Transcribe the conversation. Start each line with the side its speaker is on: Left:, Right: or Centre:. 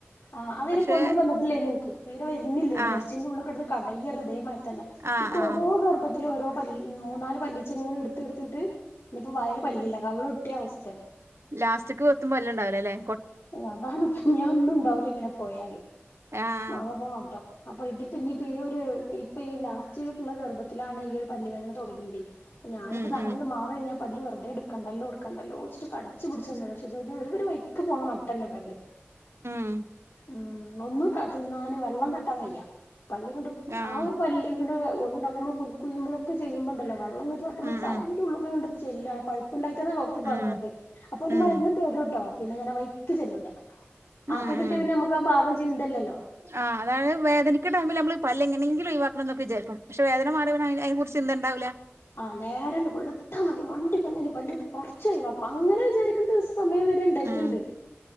Left: ആഹ് അത്
Right: പക്ഷെ
Left: അയ്ന് പൊന്തി വന്നട്ടില്ലേരുന്നു ഇൻക്ക് തീരെ വെരുന്നില്ലേനി
Right: ആഹ്
Left: എർച്ചിന്റെ ഉള്ളിൽ കെടന്ന് കടെയെരു ഇതേ മാതിരി തന്നെ.
Right: ആഹ്
Left: ഇക്ക്
Right: ആഹ്
Left: ഓരോ ഗർഭ ത്തില് ഓരോ പല്ല് മൂന്നാല് പല്ലിച്ചെങ്ങനെ ഇട്ത്ത് ഇട്ത്തിട്ട് ഇഞ്പ്പം വായേല് പല്ലില്ല കവിളൊട്ടിയ അവസ്ഥെ
Right: ലാസ്റ്റക്ക് എത്തും പല്ല്ണ്ടാവുലല്ലേ
Left: ഉം അതാണ് പ ഞാ ഒന്നും ഉണ്ടാവൂല ഇങ്ങനെ പോയാല്
Right: ആഹ്
Left: അതാപ്പം മട്ടം അപ്പൊ ഇതിപ്പ ഇഞ്ഞ്പ്പ ഈ ഒര് ഇപ്പൊ ഈ ലാസ്റ്റ് ആയിട്ടുള്ള ഗർഭത്തിലാണ് ഈ ഒരു പല്ലുവേദന തൊടങ്ങിതേ ഞാനിപ്പ
Right: ഉം
Left: തങ്ങനട്
Right: ഉം
Left: മാ പ്പഴഞ്ഞ് ആ പല്ല് വെറ്തെ എടുക്കെണ്ടെല്ലോ എടുക്കെണ്ടെല്ലോ വെച്ചിട്ട് കടിച്ച് പിടച്ച് നിന്നെതാ. പക്ഷെ ഇതൊരു ഒരു വഴിക്ക് പോവ്ണ മ ട്ടല്ല പല്ല്.
Right: ഉം
Left: ഉം ഒന്നും തിന്നാന് വെള്ളം തട്ടാൻ വയ്യാ പല്ല് ങ്ങട്ട്
Right: ആഹ്
Left: ആ ഒരു പല്ല് ങ്ങട്ട് ഒളുണ്ടാക്കുമ്പോ കുൽക്കുഴയ്യുമ്പളൊക്കെ ചെയ്യുമ്പോണ്ടല്ലോ വെള്ളം ഇങ്ങട്ട് തട്ടുമ്പോ
Right: ഉം
Left: തലെന്റെ
Right: ഉം
Left: ഉള്ളിക്ക് ഇങ്ങട്ട് ചെല്ല് ആ പഴ് പ്പ് ഇണ്ടായിട്ടാന്ന ഡോക്ടറ്
Right: ഉം
Left: പറയുന്നത്. അപ്പോല്
Right: ഉം
Left: മരുന്ന് തെരുട്ടോ പിന്നെ ഞാൻ വഴിക്ക് ചെല്ലൂല.
Right: ഉം
Left: ആക്കം കിട്ടിയാ
Right: ഉം
Left: പിന്നെ നമ്മെക്ക് ആ ഭാഗം ചിന്തല്ലല്ലോ.
Right: ആഹ് അതാണ് വേദനിക്ക ടൈമില് നമ്മള് പല്ല് എങ്ങനെങ്കിലും ഒഴിവാക്കണം ന്നൊക്കെ വിചാരിക്കും. പക്ഷേ വേദന മാറിയാ പിന്നെ അയിനെ കുറിച്ച് ചിന്തണ്ടാവൂല
Left: ആഹ് നേരണ്ട് വെള്ത്താ മതി മണ്ടി പോയി ഞാനീ പല്ല്ട് പറിച്ച് ഒഴിവാക്കും അങ്ങനെ വിചാരിക്കുന്ന ദിവസ സമയം വെര ണ്ടായിട്ട്ണ്ട്
Right: ഉം